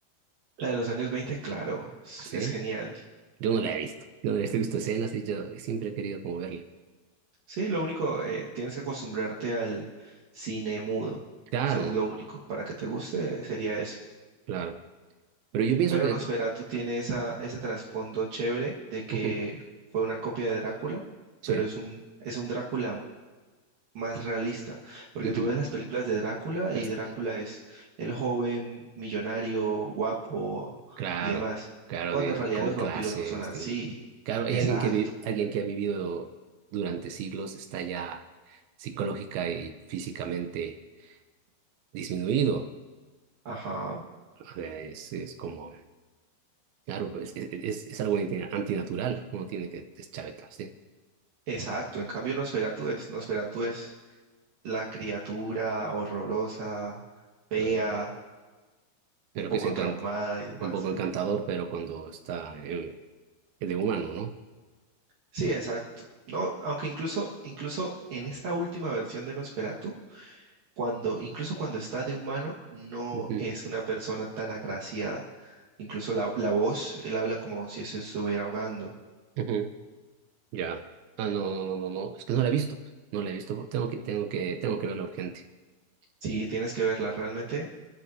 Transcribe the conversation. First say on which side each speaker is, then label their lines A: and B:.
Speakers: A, on the right (about 60°); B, on the right (about 80°).
A: La de los años 20, claro, es,
B: ¿Así?
A: es genial.
B: Yo no la he visto. Yo no la he visto he visto escenas y yo siempre he querido como verla.
A: Sí, lo único, eh, tienes que acostumbrarte al cine mudo.
B: Claro,
A: Eso Es lo único. Para que te guste sería eso.
B: claro. Pero yo pienso
A: Pero
B: que...
A: Nosferatu tiene esa, ese trasfondo chévere de que
B: ujú,
A: fue una copia de Drácula,
B: sí.
A: pero es un, es un Drácula más realista. Porque
B: ujú.
A: tú ves las películas de Drácula
B: Pues,
A: y Drácula es el joven millonario, guapo
B: Claro,
A: y demás.
B: claro,
A: Cuando
B: de-
A: en realidad
B: de- con
A: los vampiros
B: clase,
A: no son
B: distingue.
A: así.
B: Claro, hay
A: Exacto.
B: alguien que, vi- alguien que ha vivido durante siglos está ya psicológica y físicamente disminuido.
A: Ajá.
B: O sea, es, es como, claro, pues, es, es, es algo anti- antinatural, uno tiene que deschavetarse.
A: Exacto, en cambio Nosferatu es, Nosferatu es la criatura horrorosa, fea,
B: Eh, Pero
A: un poco
B: que es encan-
A: traumada y demás.
B: un poco encantador, pero cuando está eh, de humano, ¿no?
A: Sí, exacto. No, aunque incluso, incluso en esta última versión de Nosferatu, cuando, incluso cuando está de humano, no
B: Ujú,
A: es una persona tan agraciada. Incluso la, la voz, él habla como si se estuviera ahogando.
B: ujú, Ya. Ah, no, no, no, no, no, es que no la he visto, no la he visto, tengo que, tengo que, tengo que verla urgente.
A: Sí, tienes que verla, realmente